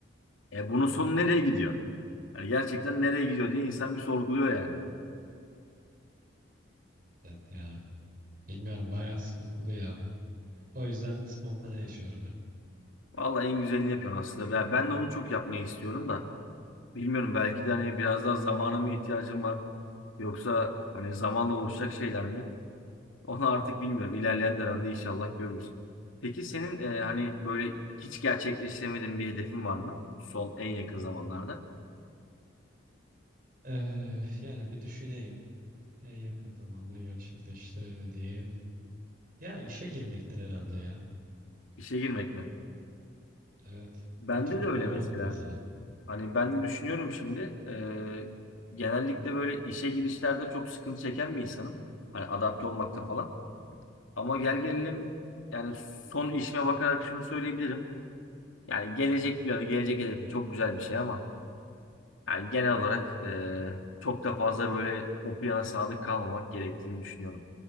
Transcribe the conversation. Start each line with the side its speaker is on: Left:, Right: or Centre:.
Left: E bunun sonu nereye gidiyor? Yani gerçekten nereye gidiyor diye insan bir sorguluyor yani.
Right: Evet, evet ya. Bilmiyorum bayağı sıkıntılı ya. O yüzden spontane yaşıyorum ben.
Left: Vallahi en güzelini yapıyorsun aslında. Ben, ben de onu çok yapmayı istiyorum da. Bilmiyorum belki de hani biraz daha zamana mı ihtiyacım var? Yoksa hani zamanla oluşacak şeyler mi? Onu artık bilmiyorum. İlerleyen dönemde inşallah görürüz. Peki senin e, hani böyle hiç gerçekleştiremediğin bir hedefin var mı? Son en yakın zamanlarda.
Right: Ee, yani bir düşüneyim. En yakın zamanda gerçekleştiremediğim. Ya işe girmektir herhalde ya.
Left: İşe girmek mi?
Right: Evet.
Left: Bende
Right: Bir türlü
Left: de öyle
Right: bulamadım
Left: mesela.
Right: mesela.
Left: Hani ben de düşünüyorum şimdi. E, genellikle böyle işe girişlerde çok sıkıntı çeken bir insanım. Hani adapte olmakta falan. Ama gel gelelim yani son işime bakarak şunu söyleyebilirim. Yani gelecek planı, gelecek hedefi çok güzel bir şey ama Yani genel olarak e, çok da fazla böyle o plana sadık kalmamak gerektiğini düşünüyorum.